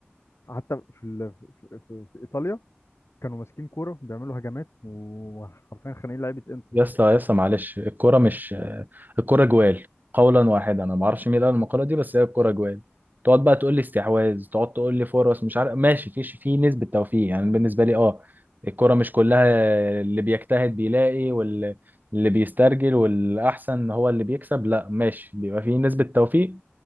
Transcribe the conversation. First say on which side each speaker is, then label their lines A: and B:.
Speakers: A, on the left; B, on the right.
A: حتى في ال... في... في... في ايطاليا كانوا ماسكين كوره بيعملوا هجمات وحرفيا خانقين لعيبه انتر
B: يا اسطى يا اسطى معلش الكرة مش الكرة جوال قولا واحدا انا ما اعرفش مين قال المقالة دي بس هي الكرة جوال تقعد بقى تقول لي استحواذ تقعد تقول لي فرص مش عارف ماشي في في نسبة توفيق يعني بالنسبة لي اه الكرة مش كلها اللي بيجتهد بيلاقي واللي بيسترجل والأحسن هو اللي بيكسب لا ماشي بيبقى في نسبة توفيق